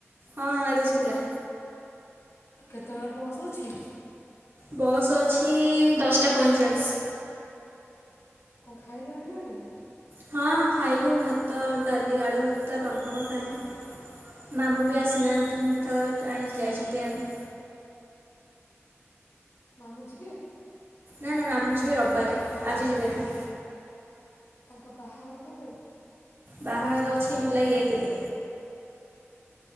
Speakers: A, on the right; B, on the left.
A: ହଁ ଏବେ ସୁୁବିଲା।
B: କେତେବେଳେ ବସ୍ ଅଛି?
A: ବସ୍ ଅଛି ଦଶଟା ପଇଁଚାଳିଶ।
B: କଣ ଖାଇଲଣି ନା ନାଇଁ?
A: ହଁ ଖାଇଲୁ ଭାତ ଡାଲି ଆଳୁ ଭରତା ପାମ୍ପଡ଼ ଖାଇଲୁ। ମାମୁଁ ବି ଆସିନାହାନ୍ତି ତ ଯାଇଛନ୍ତି ଆଣି।
B: ମାମୁଁ ଯିବେ?
A: ନା ନା ମାମୁ ଯିବେ ରବିବାରେ ଆଜି ଯିବେନି।
B: ତାଙ୍କ ବାହାଘର କେବେ?
A: ବାହାଘର ଅଛି ଜୁଲାଇ ଏକ ରେ।